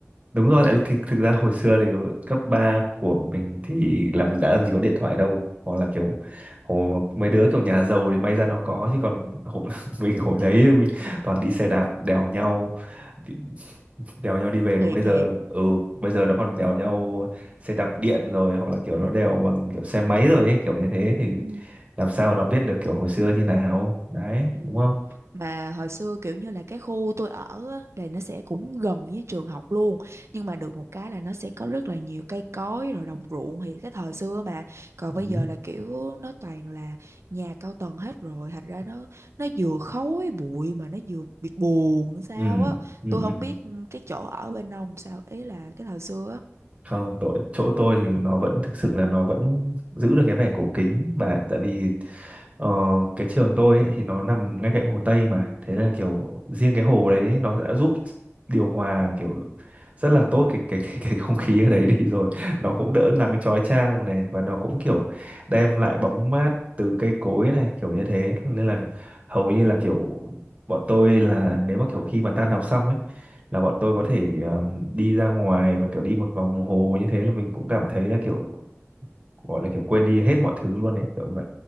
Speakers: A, on the right (about 25°); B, on the right (about 65°).
A: đúng rồi tại vì thực, thực ra hồi xưa thì cấp 3 của mình thì làm đã làm gì có điện thoại đâu hoặc là kiểu hồ, mấy đứa kiểu nhà giàu thì may ra nó có chứ còn hồi, <laughs> mình hồi đấy mình toàn đi xe đạp đèo nhau đi- đèo nhau đi về
B: thiệt
A: còn bây giờ
B: thiệt
A: ừ bây giờ nó còn đèo nhau xe đạp điện rồi hoặc là kiểu nó đèo bằng kiểu xe máy rồi ấy kiểu như thế thì
B: Ừ.
A: làm sao mà nó biết được kiểu hồi xưa như nào đấy
B: Ừ.
A: đúng không
B: Mà hồi xưa kiểu như là cái khu tôi ở á, là nó sẽ cũng gần với trường học luôn nhưng mà được một cái là nó sẽ có rất là nhiều cây cối rồi đồng ruộng thì cái thời xưa mà còn
A: ừ
B: bây giờ là kiểu nó toàn là nhà cao tầng hết rồi thành ra nó nó vừa khói bụi mà nó vừa bị buồn sao
A: ừ
B: á
A: ừ,
B: tôi không
A: ừ.
B: biết ừ, cái chỗ ở bên ông sao ý là cái thời xưa á
A: không tội chỗ tôi thì nó vẫn thực sự là nó vẫn giữ được cái vẻ cổ kính và tại vì ờ, cái trường tôi ấy, thì nó nằm ngay cạnh hồ Tây mà thế là kiểu riêng cái hồ đấy nó đã giúp điều hòa kiểu rất là tốt cái cái cái, cái không khí ở đấy đi <laughs> rồi nó cũng đỡ nắng
B: Ừ.
A: chói chang này và nó cũng kiểu đem lại bóng mát từ cây cối này kiểu như thế nên là hầu như là kiểu bọn tôi là nếu mà kiểu khi mà tan học xong ấy là bọn tôi có thể um, đi ra ngoài và kiểu đi một vòng hồ như thế là mình cũng cảm thấy là kiểu gọi là kiểu quên đi hết mọi thứ luôn ấy kiểu vậy